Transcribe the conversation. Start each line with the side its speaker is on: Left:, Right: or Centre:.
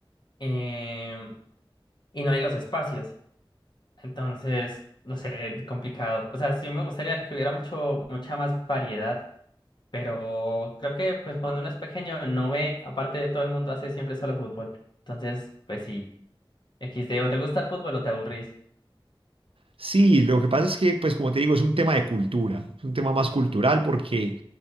Left: eh, y no hay los espacios. Entonces, no sé, complicado. O sea, sí me gustaría que hubiera mucho, mucha más variedad, pero creo que pues cuando uno es pequeño no ve, aparte de todo el mundo hace siempre solo fútbol. Entonces, pues sí, XD, o te gusta el fútbol o te aburrís.
Right: Sí, lo que pasa es que, pues como te digo, es un tema de cultura, es un tema más cultural porque,